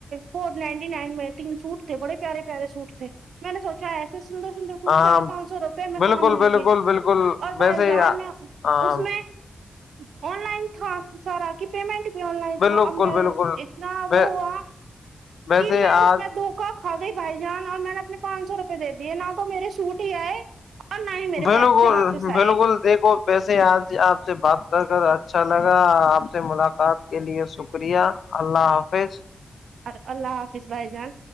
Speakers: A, on the right; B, on the left.
A: فور نائنٹی نائن میں تین سوٹ تھے بڑے پیے پارے سوٹ تھے میں نے سوچا ایے سندر سندر فوٹ
B: ہاں
A: چار پانچ سو روپے میں
B: بالکل
A: کہاں ملیں
B: بالکل
A: گے
B: بالکل
A: اور بھائی
B: ویسے
A: جان
B: ہی
A: میں
B: ہاں
A: اس میں آن لائن تھا سارا کی پیمنٹ بھی آن لائن
B: بالکل
A: تھا
B: بالکل
A: ایر اتنا وہ ہوا
B: ویسے
A: میں
B: آج
A: اس میں دو کا کھ گئی بھائی جان اور میں نے اپنے پانچ سو روپے د دیے نہ تو میرے سوٹ ہی آئے اور نہیں میرے
B: بالکل
A: پیسے واپس
B: بالکل
A: آئے
B: دیکھو ویسے آج آپ سے بات کر کر اچھا لگا آپ سے ملاقات کے لیے شکریہ اللہ حافظ
A: ار اللہ حافظ بھائی جان